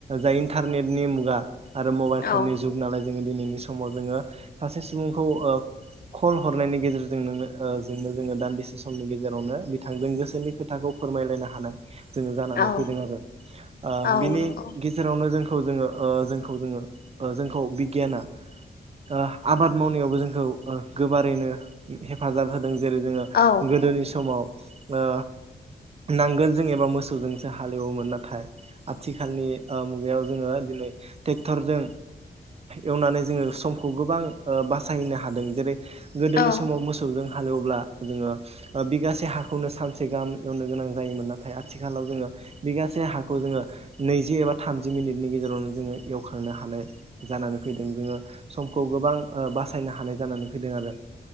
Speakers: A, on the right; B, on the left.
A: जाय इन्टारनेटनि मुगा आरो मबाइल
B: औ
A: फननि जुग नालाय जोङो दिनैनि समाव जोङो सासे सुबुंखौ ओ कल हरनायनि गेजेरजोंनो जोंनो जोङो दान्दिसे समनि गेजेरावनो बिथांजों गोसोनि खोथाखौ फोरमायलायनो हानाय जोङो जानानै
B: औ
A: फैदों आरो ओ
B: औ
A: बिनि
B: नंगौ
A: गेजेरावनो जों खौ जोङो ओ जोंखौ जोङो ओ जोंखौ बिगियाना ओ आबाद मावनायावबो जोंखौ ओ गोबारैनो हेफाजाब होदों जों जेरै जोङो
B: औ
A: गोदोनि समाव आ नांगोल जों एबा मोसौजोंसो हालेवोमोन नाथाय आथिखालनि मुगायाव जोङो ट्रेक्टरजों एवनानै जोङो समखौ गोबां बासायनो हादों जेरै गोदोनि
B: औ
A: समाव मोसौ जों हालेवब्ला जोङो बिगासे हाखौनो सानसे गाहाम एवनो गोनां जायोमोन नाथाय आथिखालाव जोङो बिगासे हाखौ जोङो नैजि एबा थामजि मिनिटनि गेजेरावनो जोङो एवखांनो हानाय जानानै फैदों जोङो समखौ गोबां बासायनो हानाय जानानै फैदों आरो